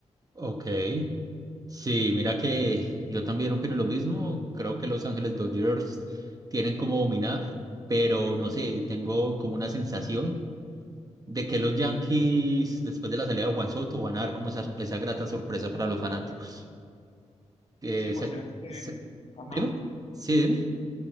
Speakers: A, on the right; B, on the left.
A: Ok. Sí, mira que yo también opino lo mismo. Creo que Los Ángeles Dodgers tienen como dominar, pero no sé, tengo como una sensación de que los Yankees, después de la salida de Juan Soto, van a dar como esa, esa grata sorpresa para los fanáticos. Que
B: Sí,
A: esa-
B: pues, yo- eh,
A: se-
B: ajá.
A: dime, sí, dime,